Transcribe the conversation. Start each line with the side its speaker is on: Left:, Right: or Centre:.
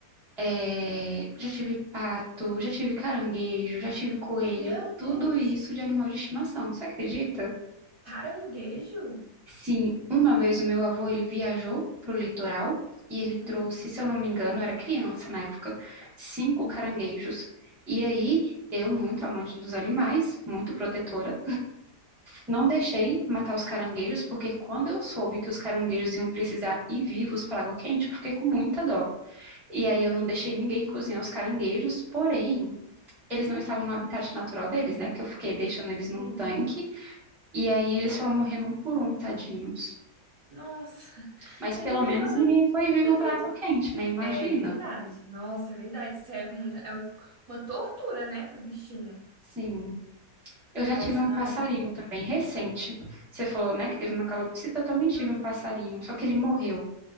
Centre: é, já tive pato, já tive caranguejo, já tive coelho,
Right: Meu Deus!
Centre: tudo isso de animal de estimação, você acredita?
Right: Caranguejo?
Centre: Sim, uma vez o meu avô, ele viajou pro litoral e ele trouxe,
Right: Uhum,
Centre: se eu não me engano, eu era criança na época, cinco
Right: uhum,
Centre: caranguejos. E aí, eu, muito amante dos animais, muito protetora,
Right: Sim.
Centre: Não deixei matar os caranguejos, porque quando eu soube que os caranguejos iam precisar ir vivos para água quente, eu fiquei com muita dó. E aí
Right: Não.
Centre: eu não deixei ninguém cozinhar os caranguejos, porém, eles não estavam no habitat natural deles, né? Que eu fiquei deixando eles
Right: Sim.
Centre: num tanque, e aí eles foram morrendo um por um, tadinhos.
Right: Nossa, <laughs>
Centre: Mas
Right: era
Centre: pelo
Right: melhor
Centre: menos
Right: ter,
Centre: ninguém foi vivo
Right: ter
Centre: para
Right: feito.
Centre: água quente, né? Imagina.
Right: É verdade. Nossa, é verdade. Isso é muita, é uma tortura, né, pro bichinho.
Centre: Sim. Eu já
Right: Nossa,
Centre: tive um
Right: dá-
Centre: passarinho
Right: é muito bom.
Centre: também recente. Você falou, né, que teve uma calopsita, eu também tive
Right: Uhum.
Centre: um passarinho, só que ele morreu.